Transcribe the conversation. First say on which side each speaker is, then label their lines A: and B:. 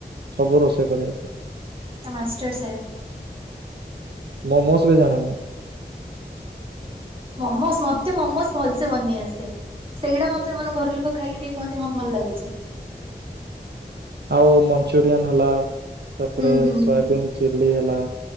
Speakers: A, on the right; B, on the right.
A: ସବୁ ରୋଷେଇ କରିଆସେ।
B: ତମେ ମାଷ୍ଟର୍ ସେଫ।
A: ମୋମୋସ ବି ଜାଣେ ମୁଁ।
B: ମୋମୋସ ମତେ ମୋମୋସ ଭଲସେ ବନେଇ ଆସେ। ସେଇଟା ମତେ ମାନେ ଘର ଲୋକ ଖାଇକି ଟିକେ କୁହନ୍ତି ହଁ ଭଲ ଲାଗୁଛି।
A: ଆଉ ମଞ୍ଚୁରିଆନ ହେଲା ତାପରେ
B: ହୁଁ ହୁଁ
A: ସୟାବିନ୍
B: ହୁଁ
A: ଚିଲି ହେଲା